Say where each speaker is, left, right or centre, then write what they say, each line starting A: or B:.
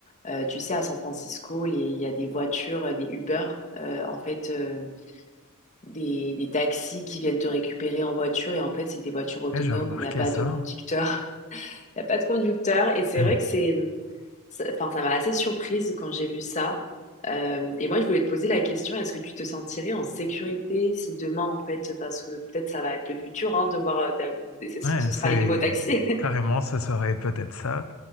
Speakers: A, on the left (about 35°); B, on the left (about 80°).
A: euh, tu sais, à San Francisco, les- il y a des voitures, euh, des Uber, euh, en fait, euh, des, des taxis qui viennent te récupérer en voiture. Et en fait, c'est des voitures autonomes,
B: Ouais, j'ai remarqué
A: il n'y a pas
B: ça.
A: de conducteur. <laughs> Il n'y a pas de conducteur. Et c'est
B: <clears throat>
A: vrai que c'est... Ça- Enfin, ça m'a assez surprise quand j'ai vu ça. Euh, et moi, je voulais te poser la question, est-ce que tu te sentirais en sécurité si demain, en fait, parce que peut-être ça va être le futur, hein, de voir, euh, d'a- ce
B: Ouais,
A: ce
B: c'est
A: sera les nouveaux taxis. <laughs>
B: carrément, ce serait peut-être ça.